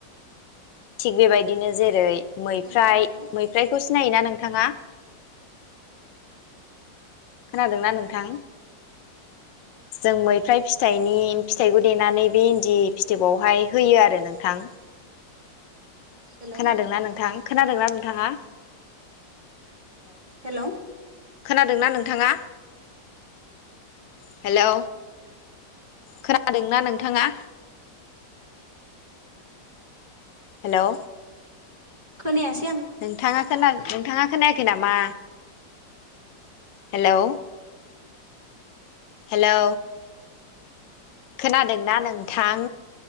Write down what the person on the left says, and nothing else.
थिग बेबायदिनो जेरै मैफ्राय
मैफ्रायखौ सिनायोना नोंथाङा खोनादों। ना नोंथां जों मैफ्राय फिथाइनि फिथाइखौ देनानै बे इन्दि फिथोबावहाय होयो आरो नोंथां।
खोनादोंना नोंथां खोनादोंना नोंथाङा
खोनादोंना नोंथाङा हेलौ खोनादोंना
नोंथाङा हेलौ
नोंथाङा खोना नोंथाङा खोनायाखै नामा हेलौ हेलौ खोनादोंना नोंथां